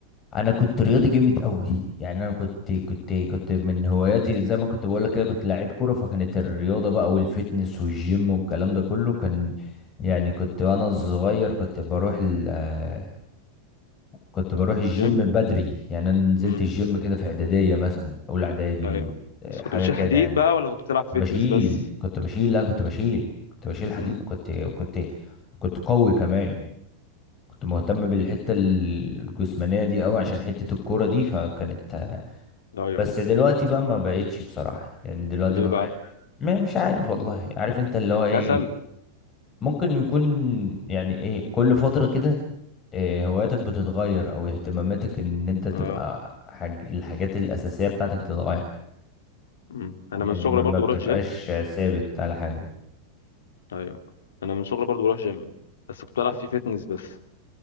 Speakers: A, on the left; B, on the left.
A: انا كنت رياضي جامد قوي يعني انا كنت كنت كنت من هواياتي زي ما كنت بقول لك كده كنت لعيب كوره فكانت الرياضه بقى والفتنس والجيم والكلام ده كله كان يعني كنت وانا صغير كنت بروح ال آه، كنت بروح الجيم
B: الجيم
A: بدري يعني انا نزلت
B: مم.
A: الجيم كده في اعداديه مثلا اولى اعدادي
B: ايوه
A: آه،
B: بس
A: حاجه
B: كنت بتشيل
A: كده
B: حديد
A: يعني
B: بقى ولا كنت بتلعب فيتنس
A: بشيل
B: بس
A: كنت بشيل لا كنت بشيل كنت بشيل
B: مم.
A: حديد كنت كنت كنت قوي كمان كنت مهتم بالحته الجسمانيه دي قوي عشان حته الكوره دي فكانت
B: ايوه
A: بس دلوقتي بقى ما بقتش بصراحة يعني دلوقتي
B: ليه
A: ما
B: بقى
A: بقى ما- مش عارف والله عارف انت اللي هو ايه
B: كسل
A: ممكن يكون يعني ايه كل فترة كده إيه هواياتك بتتغير او اهتماماتك ان انت تبقى
B: اه
A: حاج... الحاجات الاساسية بتاعتك تتغير
B: مم. انا
A: يعني
B: من صغري
A: ما, ما
B: برضو
A: بتبقاش
B: بروح جيم
A: ثابت على حاجة
B: ايوه انا من صغري برضو بروح جيم بس كنت بلعب فيه فيتنس بس